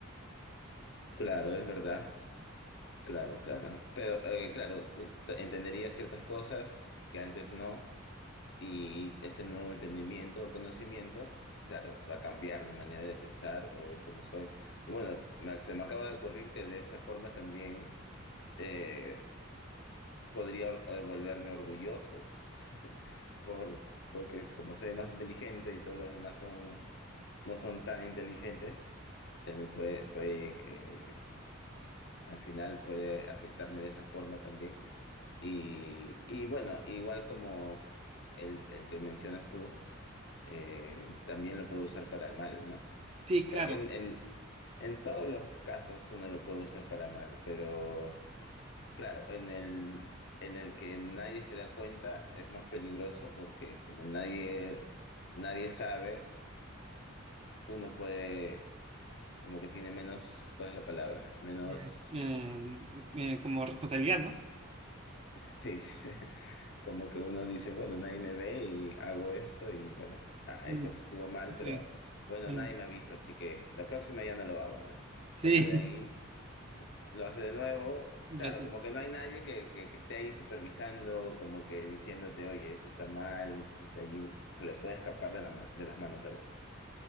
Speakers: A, on the left; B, on the right.
A: Claro, es verdad. Claro, claro. Pero eh, claro, u- entendería ciertas cosas que antes no. Y ese nuevo entendimiento o conocimiento, claro, va a cambiar mi manera de pensar o de cómo soy. Y bueno, me- se me acaba de ocurrir que de esa forma también eh, podría eh, volverme orgulloso, <laughs> por, porque como soy más inteligente y todos los demás son, no son tan inteligentes, se me puede, puede eh, al final puede afectarme de esa forma también. Y, y bueno, igual como el, el que mencionas tú eh, también lo puedo usar para el mal, ¿no?
B: Sí, claro,
A: Creo que en, en, en todos los casos uno lo puede usar para mal, pero claro, en el, en el que nadie se da cuenta es más peligroso porque como nadie, nadie sabe, uno puede, como que tiene menos, ¿cuál es la palabra? Menos...
B: eh, eh, eh, como responsabilidad, ¿no?
A: Sí, <laughs> como que uno dice, bueno, nadie me ve y hago esto y bueno, ah,
B: Mm,
A: esto estuvo mal,
B: sí,
A: pero bueno,
B: mm,
A: nadie me ha visto, así que la próxima ya no lo hago, ¿no?
B: sí,
A: Pero de ahí lo hace de nuevo,
B: <laughs>
A: claro,
B: lo sé,
A: como que no hay nadie que, que, que esté ahí supervisando, como que diciéndote, oye, esto está mal, entonces ahí se le puede escapar de la ma- de las manos a veces.